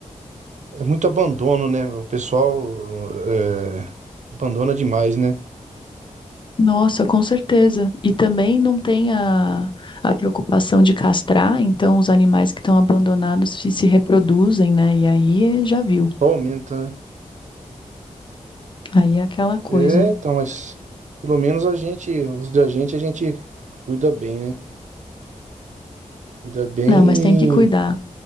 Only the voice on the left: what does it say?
Nossa, com certeza. E também não tem a, a preocupação de castrar, então os animais que estão abandonados se, se reproduzem, né? E aí eh, já viu.
Aí é aquela coisa.
Não, mas tem que cuidar.